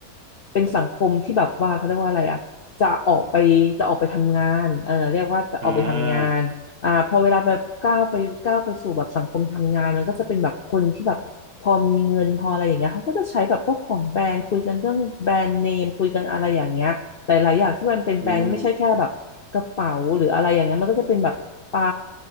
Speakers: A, on the left (about 50°); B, on the right (about 45°).
A: เป็นสังคมที่แบบว่าเขาเรียกว่าอะไรอ่ะจะออกไปจะออกไปทำงานเออเรียกว่าออกไปทำงานอ่าพอเวลาแบบก้าวไปก้าวไปสู่แบบสังคมทำงานมันก็จะเป็นแบบคนที่แบบพอมีเงินพออะไรอย่างเงี้ยเขาก็จะใช้แบบพวกของแบรนด์คุยกันเรื่องแบรนด์เนมคุยกันอะไรอย่างเงี้ย
B: อ่า
A: หลายๆอย่างที่มันเป็นแบรนด์ไม่ใช่แค่แบบกระเป๋าหรืออะไรอย่างเงี้ยมันก็จะเป็นแบบปลา
B: อืม